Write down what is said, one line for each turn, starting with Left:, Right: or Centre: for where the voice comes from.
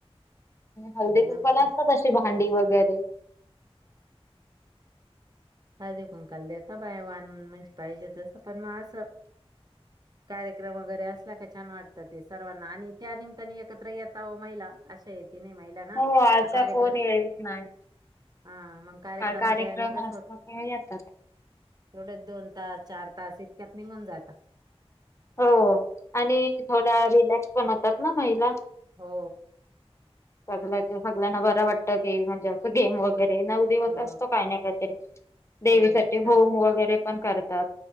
Left: हळदी
Right: एकदम
Left: कुंबाला
Right: छान
Left: असतात अशी भांडी वगैरे
Right: ह कुंकल देता बाय वान म्हणज पाहिजे तसं पण मग असं कार्यक्रम वगैरे असल्या का छान वाटत ते सर्वांना आणि त्यानितने एकत्र येता महिला अशा येत त नाही महिला ना
Left: हो असा
Right: मग कार्यक्रम
Left: कोण येत नाही.
Right: हा मग कार्यक्रमाच्या
Left: कार्यक्रम
Right: याने कस
Left: असला
Right: होते
Left: तेव्हा येतात.
Right: एवढ दोन तास चार तास इतक्यात निघून जात
Left: हो आणि थोडा रिलॅक्स पण होतात ना महिला
Right: हो
Left: सग सगळ्यांना बरं वाटत की म्हणजे असं गेम वगै वगैरे नऊ दिवस
Right: हो
Left: असतो काही ना काहीतरी देवीसाठी
Right: हो छान
Left: होम वगैरे पण करतात